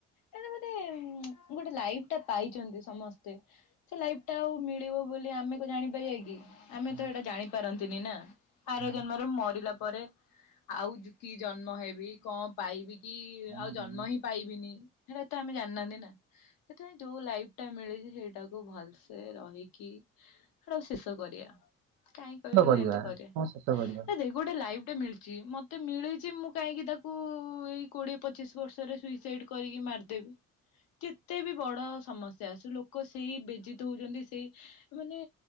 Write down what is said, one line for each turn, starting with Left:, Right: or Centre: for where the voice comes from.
Left: କ ମାନେ ଗୋଟେ ଲାଇଫ ଟା ପାଇଛନ୍ତି ସମସ୍ତେ ସେ ଲାଇଫ ଟା ଆଉ ମିଳିବ ବୋଲି ଆମେ ତ ଜାଣିପାରିବା କି? ଆମେ ତ
Right: ନା
Left: ଏଇଟା ଜାଣିପାରନ୍ତିୁ। ତିନି ନା ଆର
Right: ନା
Left: ଜନ୍ମରୁ ମରିଲା ପରେ ଆଉ କି ଜନ୍ମ ହେବି କଣ ପାଇବି କି
Right: କଣ
Left: ଆଉ
Right: ପାଇବୁ?
Left: ଜନ୍ମ
Right: ମୁଁ
Left: ହିଁ ପାଇବିନି ହେଡ ଏ ତ ଆମେ ଜନାନ୍ତି ନା। ସେ ତମେ ଯୋଉ ଲାଇଫ ଟା ମିଳିଛି ସେଇଟାକୁ ଭଲସେ ରହିକି ଆଡ ଶେଷ କରିବା। କାଇହିଁ କହିଲୁ
Right: ଶେଷ କରିବା
Left: ଏମତି କରିବା
Right: ହଁ ଶେଷ ହଁ।
Left: ଦେଖ ଗୋଟେ ଲାଇଭ ମତେ ମିଳିଛି ମୁଁ କାହିଁକି ତାକୁ ଏଇ କୋଡିଏ ପଚିଶ ବର୍ଷରେ ସୁଇସାଇଡ କରିକି ମାରି ଦେବି ଯେତେ ବି ବଡ ସମସ୍ୟା ଆସୁ ଲୋକ ସେଇ ବେଜିତ ହଉଛନ୍ତି ସେଇ ମାନେ